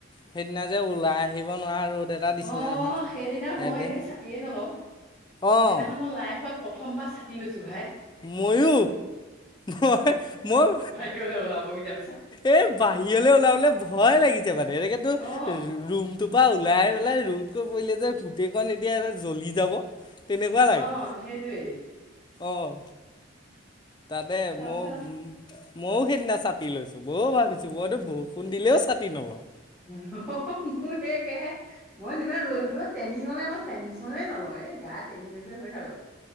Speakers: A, on the left; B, in the centre.
A: সেইদিনা যে ওলাই আহিব নোৱাৰা ৰ'দ এটা দিছিলে
B: অ
A: নহয়
B: সেইদিনা মই
A: এদিন
B: এনেই চাতিয়ে নলওঁ
A: অঁ
B: সেইদিনাখন মই লাইট লাইফত প্ৰথমবাৰ চাতি লৈছো ভাই।
A: ময়ো মই মই
B: সিহঁতে ওলাব বিদ্যা
A: এ বাহিৰলৈ ওলাবলে ভয় লাগিছে বানে এনেকেতো
B: অ
A: ৰুমটো পৰা ওলাই পেলাই ৰ'দকৈ পৰিলে যে গোটেইকখন এতিয়া এটা জ্বলি যাব। তেনেকুৱা লাগে
B: অ সেইটোৱে
A: অঁ তাতে
B: তাৰপিছত
A: মই ময়ো সেইদিনা চাতি লৈছোঁ বয়ো ভাবিছোঁ মইতো বৰষুণ দিলেও চাতি নলওঁ।
B: হ হ মোৰ সেহে একেই সে মই যিমান ৰ'দ হলেও ট্ৰেনিঙলে মন টেনিছ হ'লেও নলও এই গা তিনি মিনিটতে হৈ থাকক